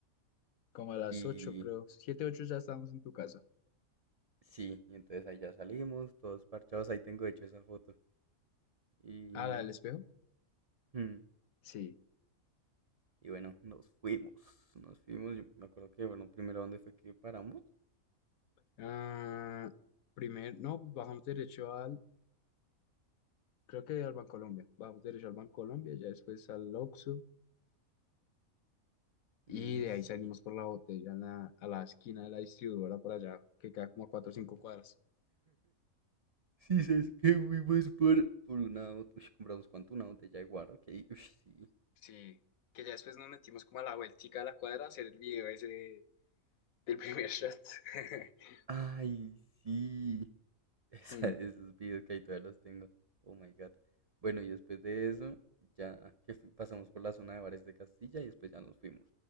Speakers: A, on the left; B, on the right.
A: como a las
B: y
A: 8 creo. siete 8 ya estábamos en tu casa.
B: sí, y entonces ahí ya salimos, todos parchados, ahí tengo de hecho esa foto. Y,
A: ¿A la del espejo?
B: mm,
A: Sí.
B: y bueno, nos fuimos, nos fuimos, yo me acuerdo que, bueno, primero dónde fue que paramos.
A: Ah, primer, no, pues bajamos derecho al, creo que al Bancolombia. Bajamos derecho al Bancolombia, ya después al Oxxo. Y
B: Mm,
A: de
B: sí.
A: ahí salimos por la botella en la- a la esquina de la distribuidora para allá, que queda como a 4 o 5 cuadras.
B: Sí, sabes que fuimos por, por una, bot- uy, compramos cuánto, una botella de guaro, ok, uy, sí.
A: Sí, que ya después nos metimos como a la vueltica de la cuadra a hacer el video ese del primer shot. <laughs>
B: Ay, sí. <laughs> Esa-
A: Mm,
B: esos videos que ahí todavía los tengo. Oh my god. Bueno, y después de eso, ya que fu- pasamos por la zona de bares de Castilla y después ya nos fuimos.